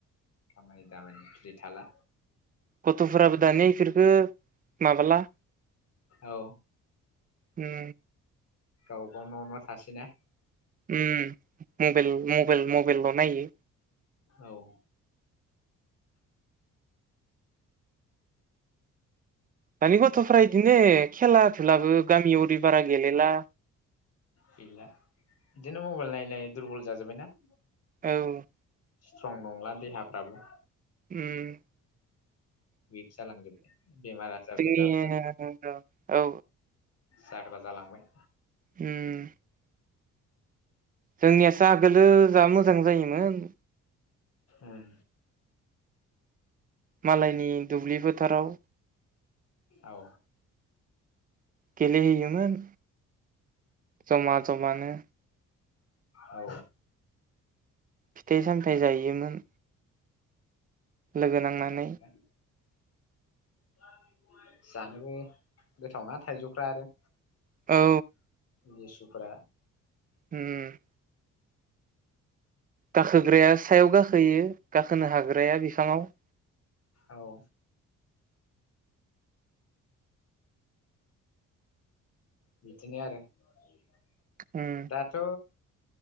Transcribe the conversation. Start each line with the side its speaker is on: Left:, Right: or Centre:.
Left: खामानि दामानि फ्रि थाला।
Right: गथ'फोराबो दानिया इफोरखो माबाला
Left: औ
Right: उम
Left: गाव गाव न' न' थासैना
Right: उम मबेल मबेल मबेलल' नायो
Left: औ
Right: दानि गथ'फ्रा इदिनो खेला दुलाबो गामियाव ओरै बारा गेलेला।
Left: गैला इदिनो मबेल नायै नायै दुरबल जाजोब्बायना
Right: औ
Left: स्ट्रं नंला देहाफ्राबो
Right: उम
Left: बिदि जालांजोब्बाय बेमार आजारबो
Right: जोंनि
Left: जाबजो
Right: औ औ
Left: जाग्रा जालांबाय।
Right: होम जोंनियासो आगोलो जा मोजां जायोमोन।
Left: उम
Right: मालायनि दुब्लि फोथाराव
Left: औ
Right: गेलेहैयोमोन जमा जमानो।
Left: औ
Right: फिथाइ सामथाइ जायोमोन। लोगो नांनानै
Left: जायोमोन <inaudible> जानोबो गोथावना थाइजौफ्रा आरो
Right: औ
Left: लेसुफ्रा
Right: ओम गाखोग्राया सायाव गाखोयो गाखोनो हाग्राया बिफाङाव
Left: औ बिदिनो आरो <inaudible>
Right: उम
Left: दाथ'